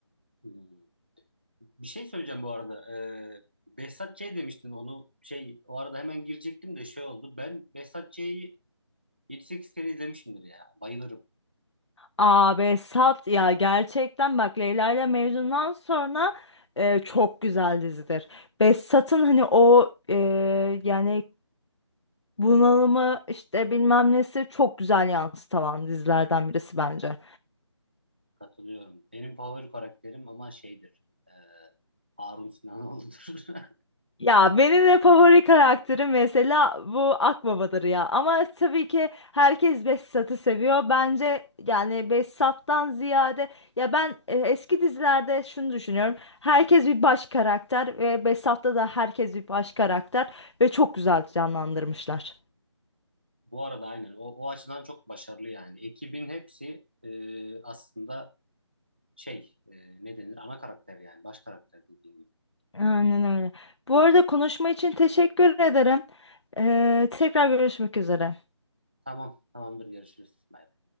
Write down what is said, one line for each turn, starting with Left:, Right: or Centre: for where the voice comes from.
Right: Hmm. Bir şey söyleyeceğim bu arada. Ee, Behzat Ç. demiştin onu şey o arada hemen girecektim de şey oldu. Ben Behzat Ç'yi 7-8 kere izlemişimdir ya. Bayılırım.
Left: Abi sat ya gerçekten bak Leyla ile Mecnun'dan sonra e, çok güzel dizidir. Behzat'ın hani o e, yani bunalımı işte bilmem nesi çok güzel yansıtan dizilerden birisi bence.
Right: Katılıyorum. Benim favori karakterim ama şeydir. Ee, Harun Sinanoğlu'dur. <laughs>
Left: Ya benim de favori karakterim mesela bu Akbaba'dır ya. Ama tabii ki herkes Behzat'ı seviyor. Bence yani Behzat'tan ziyade ya ben e, eski dizilerde şunu düşünüyorum. Herkes bir baş karakter ve Behzat'ta da herkes bir baş karakter ve çok güzel canlandırmışlar.
Right: Bu arada aynen. O, o açıdan çok başarılı yani. Ekibin hepsi e, aslında şey e, ne denir? Ana karakter yani. Baş karakter dediğin gibi.
Left: Aynen öyle. Bu arada konuşma için teşekkür ederim. Ee, tekrar görüşmek üzere.
Right: Tamam. Tamamdır. Görüşürüz. Bye.